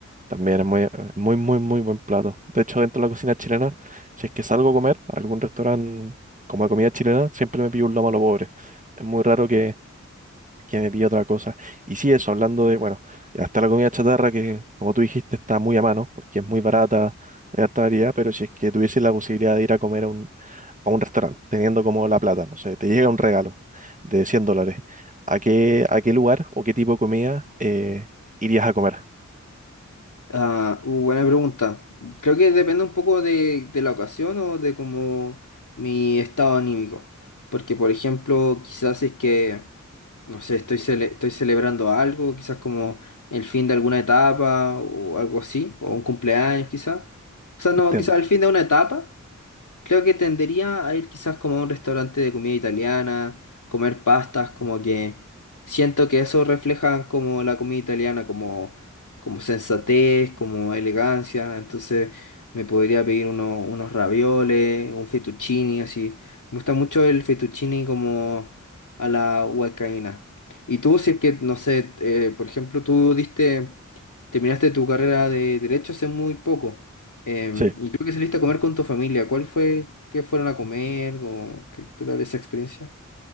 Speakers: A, on the right (about 25°); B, on the left (about 90°).
A: También es muy, muy, muy, muy buen plato. De hecho, dentro de la cocina chilena, si es que salgo a comer a algún restaurante como de comida chilena, siempre me pido un lomo a lo pobre. Es muy raro que, que me pida otra cosa. Y sí, eso, hablando de, bueno, y hasta la comida chatarra, que como tú dijiste, está muy a mano, porque es muy barata, hay harta variedad, pero si es que tuviese la posibilidad de ir a comer a un, a un restaurante, teniendo como la plata, no sé, te llega un regalo de 100 dólares, ¿a qué, a qué lugar o qué tipo de comida eh, irías a comer?
B: Ah, uh, buena pregunta. Creo que depende un poco de, de la ocasión o de como mi estado anímico. Porque, por ejemplo, quizás si es que, no sé, estoy, cele- estoy celebrando algo, quizás como el fin de alguna etapa o algo así, o un cumpleaños quizás. O sea, no,
A: Entiendo.
B: quizás el fin de una etapa. Creo que tendería a ir quizás como a un restaurante de comida italiana, comer pastas, como que siento que eso refleja como la comida italiana, como, como sensatez, como elegancia. Entonces me podría pedir uno- unos ravioles, un fettuccini, así. Me gusta mucho el fettuccini como a la huancaína. Y tú, si es que, no sé, eh, por ejemplo, tú diste, terminaste tu carrera de derecho hace muy poco. Em,
A: Sí.
B: y creo que saliste a comer con tu familia. ¿Cuál fue? ¿Qué fueron a comer? ¿O qué, qué tal esa experiencia?